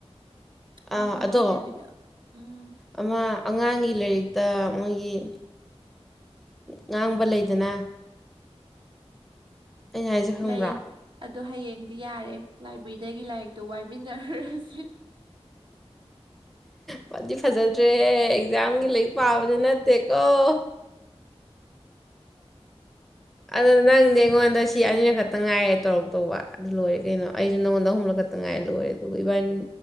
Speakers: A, on the right; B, in the centre.
A: ꯑꯩꯁꯦ
B: ꯑꯥ
A: ꯍꯥꯏꯗꯕꯤꯗ
B: ꯑꯗꯣ
A: ꯎꯝ
B: ꯑꯃ ꯑꯉꯥꯡꯒꯤ ꯂꯥꯏꯔꯤꯛꯇ ꯇ ꯃꯣꯏꯒꯤ ꯉꯥꯡꯕ ꯂꯩꯗꯅ ꯑꯩꯅ ꯍꯥꯏꯁꯦ ꯈꯪꯕ꯭ꯔꯥ
A: ꯂꯩ ꯑꯗꯨ ꯍꯌꯦꯡ ꯗꯤ ꯌꯥꯔꯦ ꯂꯥꯏꯕ꯭ꯔꯦꯔꯤꯗꯒꯤ ꯂꯥꯏꯔꯤꯛ ꯇꫭ ꯋꯥꯏꯃꯤꯟꯅꯔꯨꯔꯁꯤ
B: ꯐꯗꯤ ꯐꯖꯗ꯭ꯔꯦꯍꯦ ꯑꯦꯛꯖꯥꯥꯡꯒꯤ ꯂꯥꯏꯔꯤꯛ ꯄꯥꯕꯗꯤ ꯅꯠ ꯇꯦꯀꫭ ꯑꯗꯨ ꯅꯪꯗꯤ ꯑꯩꯉꯣꯟꯗ ꯁꯤ ꯑꯅꯤꯔꯛ ꯈꯛꯇ ꯉꯥꯏꯔꯦ ꯇꯧꯔꯛꯇꯧꯕ ꯑꯗꯨ ꯂꯣꯏꯔꯦ ꯀꯩꯅꯣ ꯑꯩꯁꯨ ꯅꯪꯉꯣꯟꯗ ꯑꯍꯨꯝꯂꯛ ꯈꯛꯇ ꯉꯥꯏꯔꯦ ꯂꯣꯏꯔꯦ ꯑꯗꯨꯒ ꯏꯕꯥꯅꯤ